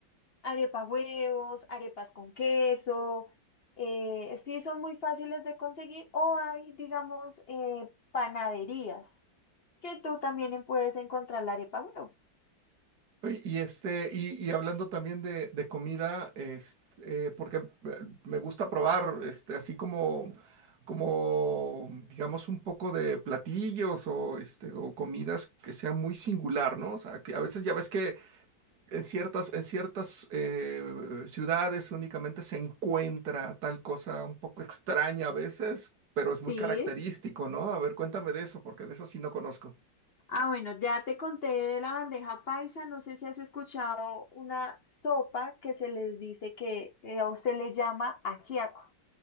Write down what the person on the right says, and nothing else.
Oye, Y este, y, y hablando también de, de comida, este, eh, porque eh, me gusta probar, este, así como, como, digamos, un poco de platillos o este, o comidas que sea muy singular, ¿no? O sea, que a veces ya ves que en ciertas, en ciertas eh, ciudades únicamente se encuentra tal cosa un poco extraña a veces, pero es muy
característico, ¿no? A ver, cuéntame de eso, porque de eso sí no conozco.